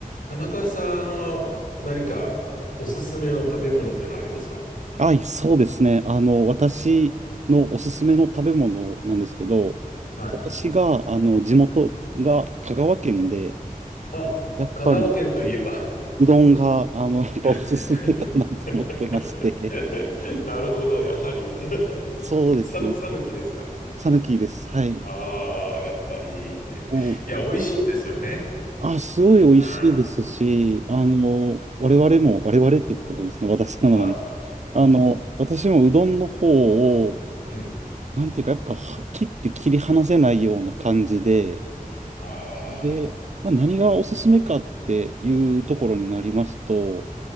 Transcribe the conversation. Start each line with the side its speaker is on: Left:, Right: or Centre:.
Left: 田中さんは何かおすすめの食べ物っていうのはありますか
Right: はい、そうですね。あの、私のおすすめの食べ物なんですけど、
Left: はい。
Right: 私が、あの、地元が香川県で、
Left: あ、
Right: やっぱり
Left: 香川県といえば
Right: うどんが、あの、やっぱおすすめかなと思ってまして、
Left: <laughs> なるほど、やはり <laughs>
Right: そうですね。
Left: さぬ、さぬきですか
Right: さぬきです。はい。
Left: ああ、やっぱり。い
Right: もう、
Left: や、美味しいですよね。
Right: あ、すごい美味しいですし、
Left: あ
Right: あの、我々も、我々って言ってもですね、私のなので、
Left: あ、は
Right: あの、私もうどんの方を、
Left: い。うん。
Right: なんていうか、やっぱは切って切り離せないような感じで、
Left: あ
Right: で、まあ、何がおすすめかっていうところになりますと、